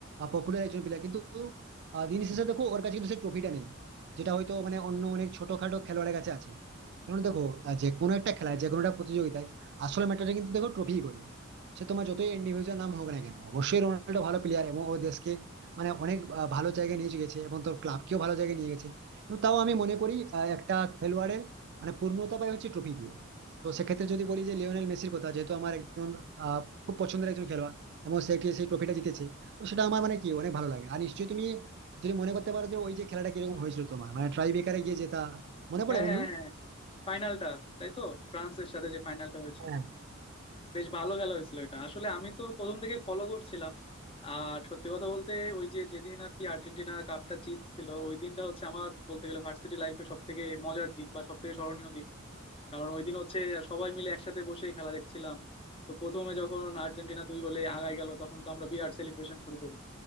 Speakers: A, on the right (about 55°); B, on the left (about 25°).
A: পপুলার একজন প্লেয়ার কিন্তু আহ, দিন শেষে দেখো ওর কাছে কিন্তু সেই ট্রফিটা নেই যেটা হয়তো মানে অন্য অনেক ছোটখাটো খেলোয়াড়ের কাছে আছে কেন দেখো আহ, যে কোনো একটা খেলায় যে কোনো একটা প্রতিযোগিতায় আসল ম্যাটারটা কিন্তু দেখো ট্রফি করে সে তোমার যতই ইন্ডিভিজুয়াল নাম হোক না কেন অবশ্যই রোনাল্ডো ভালো প্লেয়ার এবং ও দেশকে মানে অনেক আহ, ভালো জায়গায় নিয়ে গেছে এবং তোর ক্লাবকেও ভালো জায়গায় নিয়ে গেছে কিন্তু তাও আমি মনে করি আহ, একটা খেলোয়াড়ের মানে পূর্ণতা পায় হচ্ছে ট্রফি দিয়ে তো সেক্ষেত্রে যদি বলি যে লিওনেল মেসির কথা যেহেতু আমার একজন আহ, খুব পছন্দের একজন খেলোয়াড় এবং সে কি- সেই ট্রফিটা জিতেছে তো সেটা আমার মানে কি অনেক ভালো লাগে আর নিশ্চয়ই তুমি যদি মনে করতে পারো যে ওই যে খেলাটা কিরকম হয়েছিল তোমার মানে ট্রাই বেকারে গিয়ে জেতা মনে পড়ে
B: হ্যাঁ
A: বন্ধু
B: হ্যাঁ হ্যাঁ ফাইনালটা তাই তো ফ্রান্সের সাথে যে ফাইনালটা হয়েছিল
A: হ্যাঁ
B: বেশ ভালো খেলা হয়েছিল এটা আসলে আমি তো প্রথম থেকে ফলো করছিলাম আর সত্যি কথা বলতে ওই যে যেদিন আর কি আর্জেন্টিনা কাপটা জিতছিল ওই দিনটা হচ্ছে আমার বলতে গেলে ভার্সিটি লাইফে সব থেকে মজার দিন বা সব থেকে স্মরণীয় দিন কারণ ওই দিন হচ্ছে সবাই মিলে একসাথে বসে খেলা দেখছিলাম তো প্রথমে যখন আর্জেন্টিনা দুই গোলে আগায় গেল তখন তো আমরা বিরাট সেলিব্রেশন শুরু করি